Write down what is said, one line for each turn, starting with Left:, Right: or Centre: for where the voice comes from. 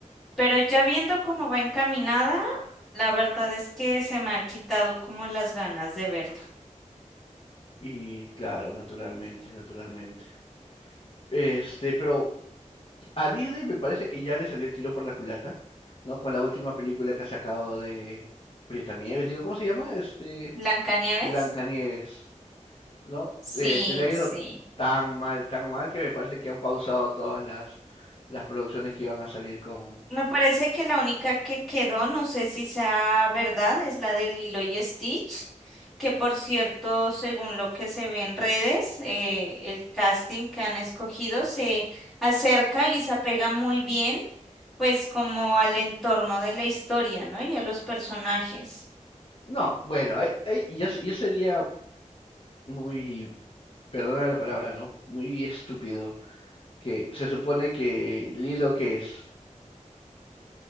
Centre: pero ya viendo cómo va encaminada, la verdad es que se me ha quitado como las ganas de verla.
Left: Y claro, naturalmente, naturalmente. Este, pero A Disney me parece que ya le salió el tiro por la culata, ¿no? Con la última película que ha sacado de Nieves, digo, ¿cómo se llama? Este,
Centre: ¿Blancanieves?
Left: Blancanieves, ¿no?
Centre: Sí,
Left: Este, le ha ido
Centre: sí.
Left: tan mal, tan mal que me parece que han pausado todas las, las producciones que iban a salir con...
Centre: Me parece que la única que quedó, no sé si sea verdad, es la de Lilo y Stitch, que por cierto, según lo que se ve en redes, eh, el casting que han escogido se acerca y se apega muy bien, pues como al entorno de la historia, ¿no? Y a los personajes.
Left: No, bueno, ahí- ahí ya, se- ya sería muy, perdona la palabra, ¿no? Muy estúpido que se supone que Lilo, ¿qué es?